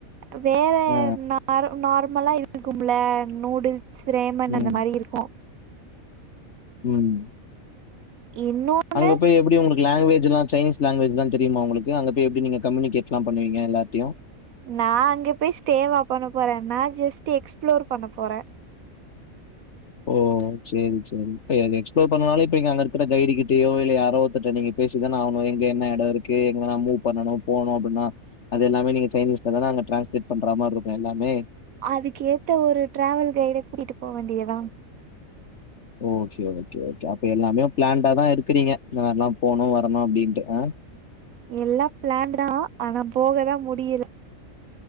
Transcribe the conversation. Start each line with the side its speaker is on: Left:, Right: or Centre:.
Right: <unintelligible> வேற
Left: ஆ
Right: ந நார் <unintelligible> மல்லாம் இருக்கும்ல நூடுல்ஸ் ஸ்ரேமன்
Left: ம்
Right: அந்த மாதிரி இருக்கும்
Left: உம்
Right: இன்னொன்னு
Left: அங்க போய் எப்படி உங்களுக்கு லாங்குவேஜ் எதுவும் சைனீஸ் லாங்வேஜ் தான் தெரியுமா உங்களுக்கு அங்க போய் எப்படி நீங்க கம்யூனிகேட்ல்லாம் பண்ணுவீங்க எல்லாத்தையும்
Right: நான் அங்க போய் ஸ்டே வா பண்ண போறேன் நான் ஜஸ்ட் எக்ஸ்பிளோர் பண்ண போறேன்
Left: ஓ செரி செரி் அது எக்ஸ்ப்ளோர் பண்ணனாலும் இப்ப நீங்க அங்க இருக்கிற கைடு கிட்டயோ இல்லை யாரோ ஒருத்தர் கிட்ட நீங்க பேசிதானே ஆகணும் எங்க என்ன இடம் இருக்கு எங்கனா மூவ் பண்ணனும் போணும் அப்படின்னா அது எல்லாமே நீங்க சைனீஸ்லதானே அங்க ட்ரான்ஸ்லேட் பண்ற மாதிரி இருக்கும் எல்லாமே
Right: அதுக்கு ஏத்த ஒரு டிராவல் கைடு கிட்ட போக வேண்டிய தா ஆ
Left: ஓகே ஓகே ஓகே அப்ப எல்லாமே பிளான்லதான் இருக்கறீங்க இந்த மாரி எல்லாம் போனும் வரணும் அப்படின்னுட்டுஹ
Right: எல்லா பிளான் தான் ஆனா போகதான் முடியல